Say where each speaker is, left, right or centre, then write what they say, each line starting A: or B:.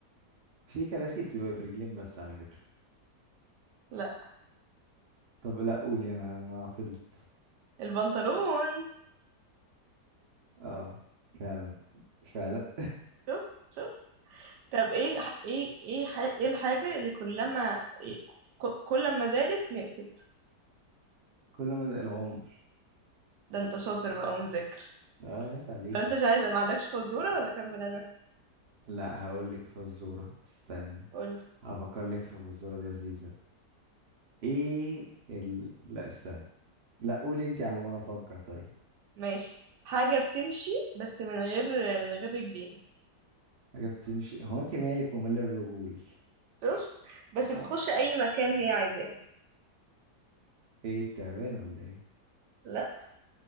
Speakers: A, on the right; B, on the right.
A: في كراسي بتبقى برجلين بس على فكرة
B: لأ
A: طب لا قولي انا انا عطلت
B: البنطلون
A: اه فعلا فعلا
B: شوف شوف طب ايه ح- ايه ايه ح- ايه الحاجة اللي كلما إيه ك- كل ما زادت نقصت
A: كل ما العمر
B: ده انت شاطر بقى ومذاكر
A: اه عيب عليكي
B: لو انت مش عايز ما عندكش فزورة ولا اكمل انا
A: لا هقول لك فزورة استني
B: قول
A: هفكر لك في فزورة لذيذة ايه ال... لا استني لا قولي انت على ما انا افكر طيب
B: ماشي حاجة بتمشي بس من غير من غير رجلين
A: حاجة بتمشي هو انت مالك ومال الرجول
B: شفت بس
A: ح-
B: بتخش اي مكان هي عايزاه
A: ايه التعبان ولا ايه
B: لا